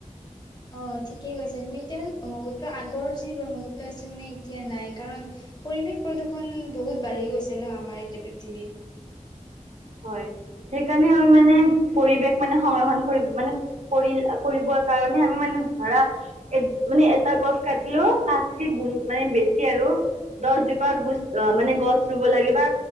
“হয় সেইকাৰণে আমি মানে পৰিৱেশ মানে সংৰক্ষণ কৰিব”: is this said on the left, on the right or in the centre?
Right